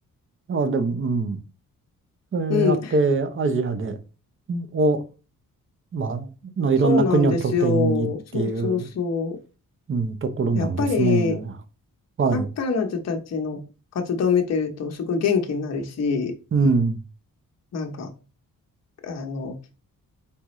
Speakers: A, on the right; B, on the left.
A: あ、でも、うん。それやって、
B: うん、
A: アジアで、を、まあ、のいろんな国を拠点にっていう、
B: そうなんですよ。そうそうそ
A: うん、ところなんですね。
B: う。やっぱり、
A: はい。
B: なんか彼女たちの活動を見てると、すごい元気になるし、
A: うん。
B: なんか、あの、